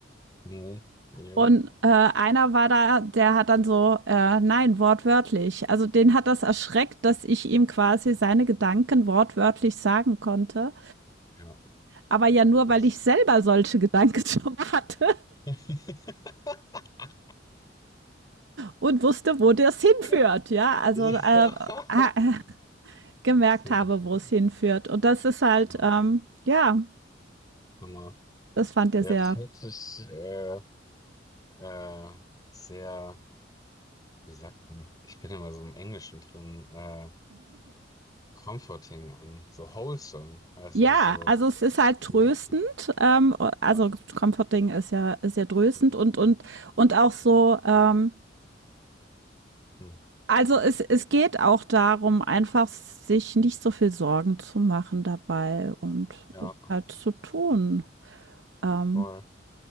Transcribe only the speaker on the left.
Mhm. Jo.
Ja,
das.
<laughs>
Okay.
Ja.
Sehr
interessant.
Ja,
Hammer.
Ja,
das hört sich äh, äh, sehr, wie sagt man, ich bin immer so im Englischen drin, äh, comforting an, so wholesome, also
so,
hm,
ja,
hm,
hm,
ja,
voll.